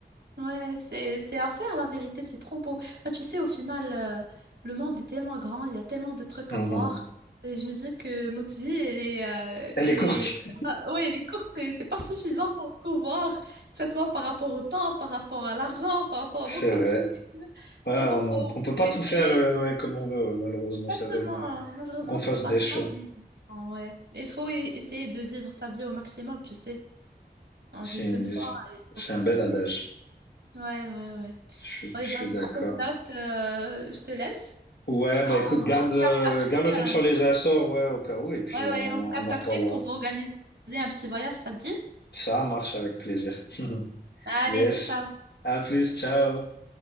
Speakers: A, on the right; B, on the left.
A: Ouais, c'est, c'est à faire, la vérité. C'est trop beau. Bah, tu sais, au final, euh, le monde est tellement grand. Il y a tellement de trucs
B: Mhm.
A: à voir. Et je me dis que notre vie, elle est, euh,
B: Elle
A: elle
B: est courte,
A: est, ah, ouais, elle est courte et c'est pas suffisant pour tout voir. Que ce soit par rapport au temps, par rapport à l'argent, par
B: <laughs>
A: rapport à
B: c'est
A: beaucoup de
B: vrai.
A: trucs. <laughs>
B: Ouais,
A: Du coup,
B: on,
A: faut,
B: on peut pas
A: faut essayer.
B: tout faire euh, ouais, comme on veut, ouais, malheureusement,
A: Exactement,
B: c'est vrai. Donc,
A: hein. malheureusement,
B: faut qu'on fasse
A: c'est pas
B: des
A: le cas,
B: choix.
A: mais bon, ouais. Il faut e- essayer de vivre sa vie au maximum, tu sais. On
B: C'est
A: vit qu'une fois et il
B: c'est
A: faut profiter.
B: un bel adage.
A: Ouais, ouais, ouais.
B: Je suis
A: Ouais,
B: je suis
A: bah, sur
B: d'accord.
A: cette note, euh, je te laisse.
B: Ouais,
A: On,
B: bah écoute, garde,
A: on se
B: euh,
A: capte après.
B: garde le truc
A: euh,
B: sur les Açores, ouais, au cas où, et puis
A: Ouais,
B: euh,
A: ouais,
B: on
A: on se
B: en,
A: capte
B: on en
A: après
B: reparlera.
A: pour organiser un petit voyage, ça te dit?
B: Ça marche avec plaisir. <laughs>
A: Allez,
B: Yes.
A: ciao.
B: À plus, ciao.